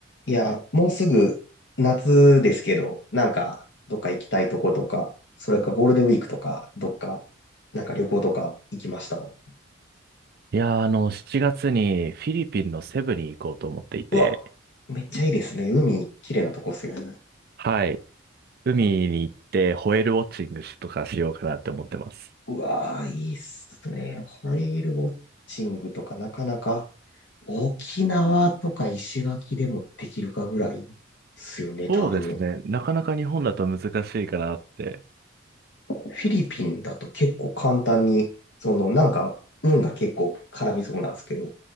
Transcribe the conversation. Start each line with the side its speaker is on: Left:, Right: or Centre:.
Left: いや、もうすぐ夏ですけど、なんかどっか行きたいとことか、それかゴールデンウィークとか、どっか、なんか旅行とか行きました。
Right: いやー、あの、7月にフィリピンのセブに行こうと思っていて、
Left: うわ、めっちゃいいですね。海、綺麗なとこっすよね。
Right: はい。海に行ってホエールウォッチングしとかしようかなって思ってます。
Left: あうわー、いいっすね。ホエールウォッチングとかなかなか、沖縄とか石垣でもできるかぐらいっすよね、
Right: そうですね。
Left: 多分。
Right: なかなか日本だと難しいかなって。
Left: フィリピンだと結構簡単に、そのなんか運が結構絡みそうなんですけど、